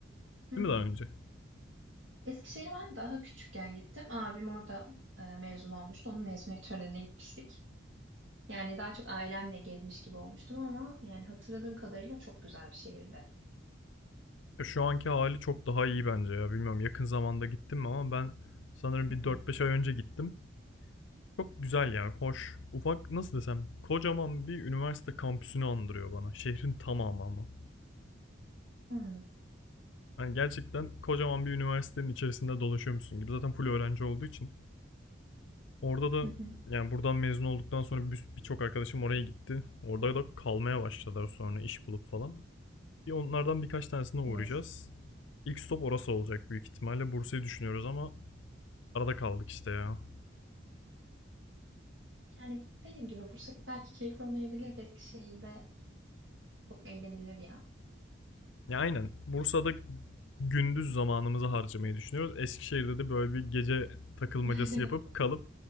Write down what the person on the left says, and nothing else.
Değil mi daha önce?
Ya Şu anki hali çok daha iyi bence ya. Bilmiyorum yakın zamanda gittim mi ama ben sanırım
bir
dört beş ay önce gittim. Çok güzel ya, hoş. Ufak, nasıl desem, kocaman bir üniversite kampüsünü andırıyor bana. Şehrin tamamı ama.
Yani gerçekten kocaman bir üniversitenin içerisinde dolaşıyormuşsun gibi. Zaten full öğrenci olduğu için. Orada da
yani buradan mezun olduktan sonra bir- birçok arkadaşım oraya gitti. Orada da kalmaya başladılar sonra iş bulup falan. Bir onlardan birkaç tanesine uğrayacağız.
İlk stop orası olacak büyük ihtimalle. Bursa'yı düşünüyoruz ama arada kaldık işte ya.
Ya aynen. Bursa'da gündüz zamanımızı harcamayı düşünüyoruz. Eskişehir'de de böyle bir gece takılmacası
yapıp kalıp